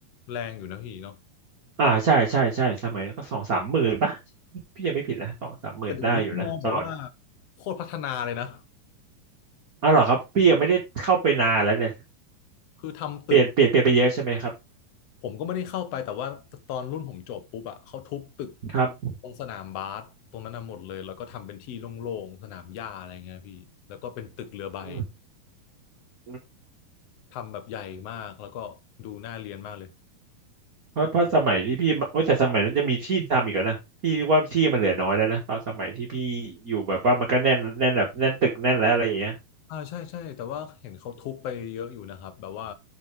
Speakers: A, on the left (about 70°); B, on the right (about 60°).
A: แรงอยู่นะพี่เนาะ
B: อ่าใช่ใช่ใช่สมัยนั้นก็สองสามหมื่นป่ะพี่ยังไม่ผิดนะสองสามหมื่นได้อยู่นะตอน
A: แต่เดี๋ยวนี้มองแบบว่าโคตรพัฒนาเลยนะ
B: อ๋อเหรอครับพี่ยังไม่ได้เข้าไปนานแล้วเนี่ย
A: คือทำตึก
B: เปลี่ยนเปลี่ยนเปลี่ยนไปเยอะใช่ไหมครับ
A: ผมก็ไม่ได้เข้าไปแต่ว่าตอนรุ่นผมจบปุ๊บอะเขาทุบตึก
B: ครับ
A: ตรงสนามบาสตรงนั้นน่ะหมดเลยแล้วก็ทำเป็นที่โล่งๆสนามหญ้าอะไรเงี้ยพี่แล้วก็เป็นตึกเรือใบ
B: อืม
A: ทำแบบใหญ่มากแล้วก็ดูน่าเรียนมากเลย
B: เพราะเพราะสมัยที่พี่มาโอ้ยแต่สมัยนั้นจะมีที่ทำอีกแล้วนะพี่ว่าที่มันเหลือน้อยแล้วนะตอนสมัยที่พี่อยู่แบบว่ามันก็แน่นแน่นแบบแน่นตึกแน่นแล้วอะไรอย่างเงี้ย
A: อ่าใช่ใช่แต่ว่าเห็นเขาทุบไปเยอะอยู่นะครับแบบว่า